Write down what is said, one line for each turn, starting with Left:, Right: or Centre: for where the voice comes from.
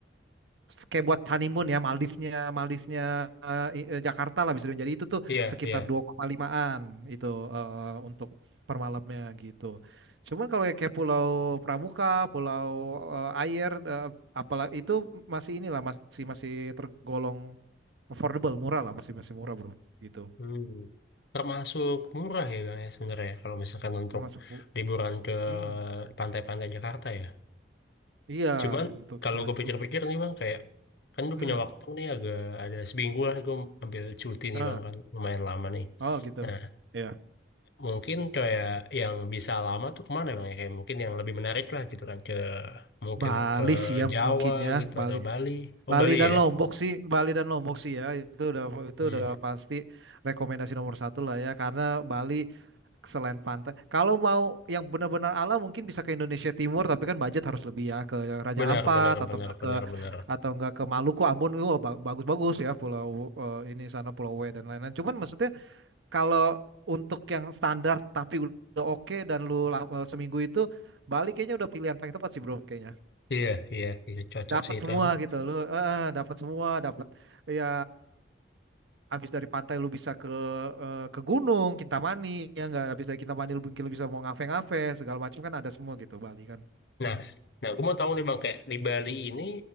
Right: kayak buat honeymoon ya Maldivnya Maldivnya eh, i- eh, Jakarta lah bisa dibilang. Jadi itu tuh
Left: Iya,
Right: sekitar
Left: iya.
Right: 2,5an itu eh, untuk per malamnya gitu. Cuman kalau yang kayak Pulau Pramuka, Pulau eh, Air, eh, apalah itu masih inilah masih masih tergolong affordable, murah lah masih masih murah bro gitu.
Left: Hmm. Termasuk murah ya Bang ya sebenarnya kalau misalkan untuk
Right: Masuk
Left: liburan ke
Right: Mm,
Left: pantai-pantai Jakarta ya.
Right: iya
Left: Cuman
Right: untuk
Left: kalau
Right: hitungan
Left: gue
Right: itu.
Left: pikir-pikir nih Bang kayak kan gue
Right: Mm,
Left: punya waktu nih agak ada seminggu lah gue ambil cuti nih
Right: ah,
Left: Bang kan lumayan lama nih.
Right: oh gitu.
Left: Nah
Right: Iya.
Left: mungkin kayak yang bisa lama tuh kemana Bang ya kayak mungkin yang lebih menarik lah gitu kan ke mungkin
Right: Bali
Left: ke
Right: sih ya
Left: Jawa
Right: mungkin ya
Left: gitu
Right: Bali
Left: atau Bali. Oh
Right: Bali
Left: Bali
Right: dan
Left: ya.
Right: Lombok sih, Bali dan Lombok sih ya, itu udah itu
Left: Hmm.
Right: udah pasti rekomendasi nomor satu lah ya, karena Bali selain pantai, kalau mau yang benar-benar alam mungkin bisa ke Indonesia Timur, tapi kan budget harus lebih ya ke Raja
Left: Benar,
Right: Ampat
Left: benar,
Right: atau
Left: benar,
Right: enggak
Left: benar,
Right: ke
Left: benar.
Right: atau enggak ke Maluku, Ambon, wah ba- bagus-bagus ya pulau eh, ini sana Pulau W dan lain-lain. Cuman maksudnya kalau untuk yang standar tapi udah oke dan lu la- eh, seminggu itu Bali kayaknya udah pilihan paling tepat sih bro, kayaknya
Left: Iya, iya, iya cocok
Right: dapat
Left: sih itu
Right: semua
Left: emang.
Right: gitu lu eh, dapat semua dapat ya habis dari pantai lu bisa ke eh, ke gunung Kintamani ya nggak habis dari Kintamani lu mungkin lu bisa mau ngave-ngave segala macam kan ada semua gitu Bali kan
Left: Nah, nah aku mau tahu nih Bang, kayak di Bali ini